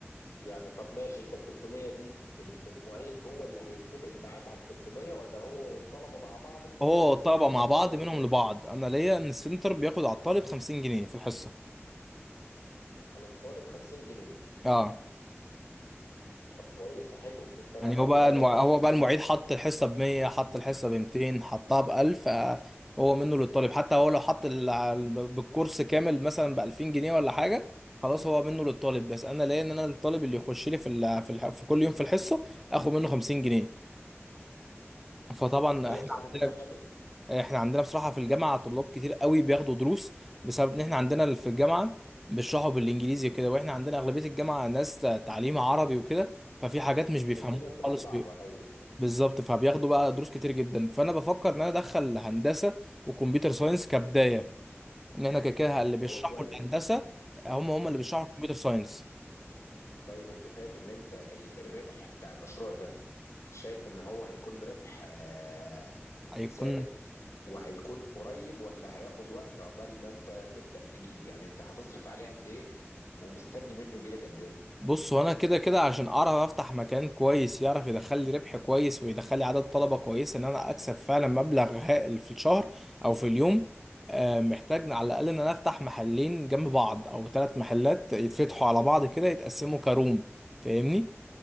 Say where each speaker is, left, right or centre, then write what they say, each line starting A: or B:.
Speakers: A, on the left (about 85°); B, in the centre.
A: يعني طب ماشي انت ال 300 دي ال- المعيد هو اللي هيتفق معاك على ال 300 ولا هو والطلبه مع بعض انت ليك
B: هو
A: بس
B: الطلبة
A: ال 50
B: مع بعض
A: جنيه
B: منهم لبعض أنا ليا إن السنتر بياخد على الطالب 50 جنيه في الحصة
A: على الطالب 50 جنيه
B: أه
A: طب كويسه حلوه بس انا
B: يعني هو بقى
A: انا شايف
B: المع...
A: إن
B: هو بقى المعيد حط الحصة ب 100 حط الحصة ب 200 حطها ب 1000 آه، هو منه للطالب حتى هو لو حط ال... ال- بالكورس كامل مثلا ب 2000 جنيه ولا حاجة خلاص هو منه للطالب بس أنا ليا إن أنا الطالب اللي يخش لي في ال... في, ال... في كل يوم في الحصة آخد منه 50 جنيه فطبعا
A: هي
B: إحنا
A: بصراحه
B: عندنا
A: فكره حلوه
B: احنا عندنا بصراحة في الجامعة طلاب كتير قوي بياخدوا دروس بسبب ان احنا عندنا في الجامعة بيشرحوا بالانجليزي وكده واحنا عندنا اغلبية الجامعة ناس تعليم عربي وكده ففي حاجات مش بيفهموها
A: الدنيا بتبقى
B: خالص
A: صعبه
B: بي-
A: ايوه
B: بالظبط فبياخدوا بقى دروس كتير جدا فانا بفكر ان انا ادخل هندسة وكمبيوتر ساينس كبداية ان احنا كده كده اللي بيشرحوا
A: هو كويس
B: الهندسة هم هم اللي بيشرحوا الكمبيوتر ساينس
A: طيب انت شايف ان انت ال- الربح بتاع المشروع ده شايف ان هو هيكون ربح آه،
B: هيكون
A: ثابت وهيكون قريب ولا هياخد وقت عقبال ما انت تبدأ تجيب يعني انت هتصرف عليه قد ايه ومستني منه يجيلك قد ايه
B: بص هو انا كده كده عشان اعرف افتح مكان كويس يعرف يدخل لي ربح كويس ويدخل لي عدد طلبه كويس ان انا اكسب فعلا مبلغ هائل في الشهر او في اليوم آه، محتاج على الاقل ان انا افتح محلين جنب بعض او ثلاث محلات يتفتحوا على بعض كده يتقسموا كروم فاهمني